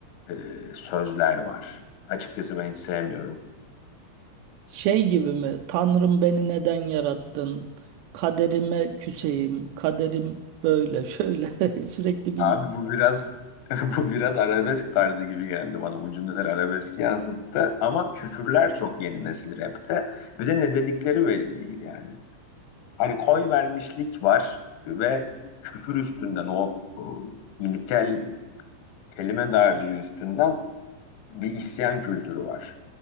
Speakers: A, on the left; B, on the right.
A: e, sözler var. Açıkçası ben hiç sevmiyorum.
B: Şey gibi mi? Tanrım beni neden yarattın? Kaderime küseyim. Kaderim böyle şöyle <laughs> sürekli bir
A: Abi bu biraz <laughs> bu biraz arabesk tarzı gibi geldi bana. Bu cümleler arabesk yansıttı ama küfürler çok yeni nesil rapte. Bir de ne dedikleri belli değil yani. Hani koy vermişlik var ve kültür üstünden o, o ilkel kelime dağarcığı üstünden bir isyan kültürü var.